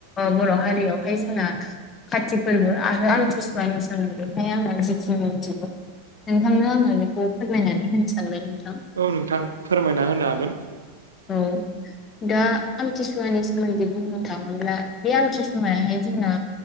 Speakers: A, on the left; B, on the right.
A: बर' हारियावहाय जोंना काति फोरबो आरो आमथिसुुवानि सोमोन्दैहाय आङो जिखिनि मोनथिगौ नोंथांनो आङो बेखौ फोरमायनानै होनो सानबाय नोंथां
B: औ नोंथां फोरमायना होनो हागोन
A: औ दा आमथिसुवानि सोमोन्दै बुं थाङोब्ला बे आमथि समायाहाय जोंना